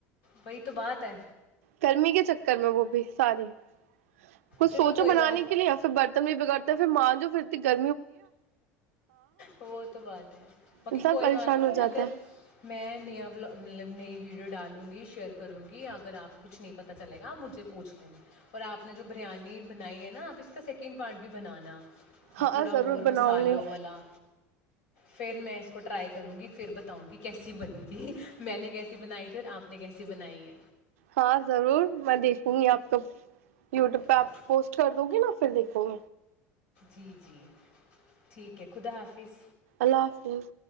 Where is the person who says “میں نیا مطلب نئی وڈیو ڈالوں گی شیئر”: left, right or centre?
Left